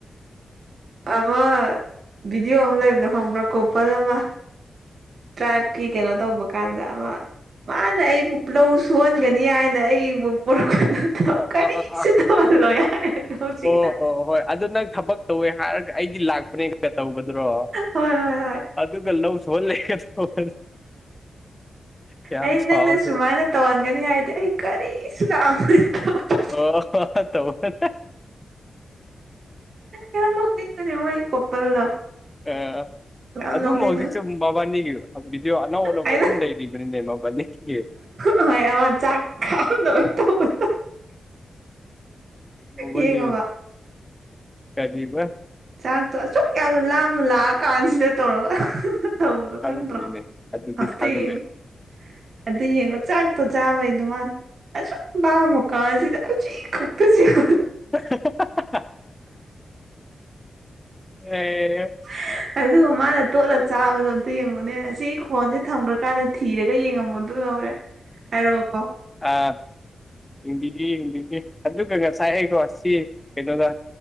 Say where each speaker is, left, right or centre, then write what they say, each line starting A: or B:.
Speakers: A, on the right; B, on the left.
A: ꯑꯃ ꯚꯤꯗꯤꯑꯣ ꯑꯝ ꯂꯩꯕꯗꯣ ꯈꯪꯕ꯭ꯔꯥ ꯀꯣꯄꯜ ꯑꯃ ꯇ꯭ꯔꯥꯏꯕꯀꯤ ꯀꯩꯅꯣ ꯇꯧꯕ ꯀꯥꯟꯗ ꯑꯃ ꯃꯥꯅ ꯑꯩꯕꯨ ꯂꯧ ꯁꯨꯍꯟꯒꯅꯤ ꯍꯥꯏꯅ ꯑꯩꯕꯨ ꯄꯣꯔꯛꯄꯅꯨ
B: ꯑꯣ
A: ꯊꯣ ꯀꯔꯤꯁꯨ
B: ꯑꯣ ꯑꯣ ꯑꯥ
A: ꯇꯧꯍꯟꯂꯣꯏ ꯍꯥꯏꯔꯒ ꯍꯧꯖꯤꯛꯅ
B: ꯑꯣ ꯑꯣ ꯍꯣꯏ ꯑꯗꯣ ꯅꯪ ꯊꯕꯛ ꯇꯧꯋꯦ ꯍꯥꯏꯔꯒ ꯑꯩꯗꯤ ꯂꯥꯛꯄꯅꯦ ꯀ ꯇꯧꯕꯗꯨꯔꯣ
A: ꯍꯣꯏ ꯍꯣꯏ ꯍꯣꯏ
B: ꯑꯗꯨꯒ ꯂꯧ ꯁꯨꯍꯜꯂꯦ ꯇꯧꯕꯗꯣ ꯌꯥꯝ
A: ꯑꯩ
B: ꯁꯥꯎꯌꯦ
A: ꯅꯪꯅ ꯁꯨꯃꯥꯏꯅ ꯇꯧꯍꯟꯒꯅꯤ ꯍꯥꯏꯔꯗꯤ ꯑꯩ ꯀꯔꯤꯁꯨ ꯂꯥꯛꯑꯝꯃꯣꯏ ꯇꯧꯕꯗꯣ
B: <unintelligible>
A: ꯌꯥꯝ ꯅꯣꯛꯅꯤꯡꯕꯅꯤ ꯃꯣꯏ ꯀꯣꯄꯜꯗꯣ
B: ꯑꯥ
A: ꯌꯥꯝ
B: ꯑꯗꯨꯝ
A: ꯅꯣꯛꯅꯤꯡꯕꯅꯦ
B: ꯍꯧꯖꯤꯛꯁꯨ ꯃꯕꯥꯅꯤꯒꯤ ꯑ ꯚꯤꯗꯤꯑꯣ ꯑꯅꯧ ꯑꯅꯧꯕ
A: ꯑꯩꯅ
B: ꯑꯗꯨꯝ ꯂꯩꯔꯤꯕꯅꯤꯅꯦ ꯃꯕꯥꯅꯤꯒꯤ
A: ꯍꯣꯏ ꯑꯃꯥ ꯆꯥꯛ ꯈꯥꯛꯑꯝꯗꯕꯩ ꯇꯧꯕꯗꯣ
B: ꯃꯕꯥꯅꯤ
A: ꯌꯦꯡꯉꯕ
B: ꯀꯔꯤꯕ
A: ꯆꯥꯛꯇꯣ ꯑꯁꯨꯛ ꯌꯥꯝꯅ ꯂꯥꯝꯅ ꯂꯥꯛꯑ ꯀꯥꯟꯁꯤꯗ ꯇꯧꯔꯒ ꯇꯧꯕꯗꯣ
B: ꯈꯪꯗꯦꯅꯦ
A: ꯈꯪꯗ꯭ꯔꯣ
B: ꯑꯗꯨꯗꯤ
A: ꯑꯝꯇ
B: ꯈꯪꯗꯦ
A: ꯌꯦꯡꯉꯨ ꯑꯗꯨ ꯌꯦꯡꯉꯨ ꯆꯥꯛ ꯇꯣ ꯆꯥꯕꯩ ꯑꯗꯨꯃꯥꯏꯅ ꯑꯁꯨꯛ ꯂꯥꯝꯃꯥꯀꯥꯟꯁꯤꯗ ꯑꯁꯤ ꯈꯛꯇꯁꯤꯕꯨ
B: <unintelligible> <unintelligible>
A: <unintelligible> ꯑꯗꯨꯒ ꯃꯥꯅ ꯇꯣꯠꯂ ꯆꯥꯕꯗꯣ ꯑꯝꯇ ꯌꯦꯡꯉꯨꯅꯦ ꯑꯁꯤ ꯐꯣꯟꯁꯦ ꯊꯝꯒ꯭ꯔꯀꯥꯟꯗ ꯊꯤꯔꯒ ꯌꯦꯡꯉꯝꯃꯨ ꯑꯗꯨꯗꯣ ꯍꯣꯔꯦꯟ ꯍꯥꯏꯔꯛꯑꯣꯀꯣ
B: ꯑꯥ ꯌꯦꯡꯕꯤꯒꯦ ꯌꯦꯡꯕꯤꯒꯦ ꯑꯗꯨꯒ ꯉꯁꯥꯏ ꯑꯩꯀꯣ ꯁꯤ ꯀꯩꯅꯣꯗ